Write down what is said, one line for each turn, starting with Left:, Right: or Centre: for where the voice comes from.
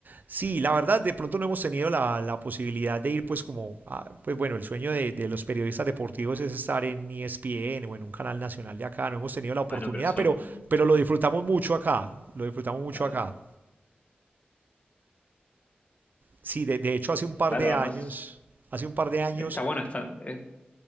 Right: Sí, la verdad, de pronto no hemos tenido la, la posibilidad de ir, pues como, a- pues bueno, el sueño de, de los periodistas deportivos es estar en ESPN o en un canal nacional de acá, no hemos tenido la oportunidad,
Left: Bueno, pero son,
Right: pero, pero lo disfrutamos mucho acá, lo disfrutamos mucho
Left: claro,
Right: acá. Sí, de, de hecho hace un par
Left: claro,
Right: de
Left: además,
Right: años, hace un par de años,
Left: está bueno estar. eh,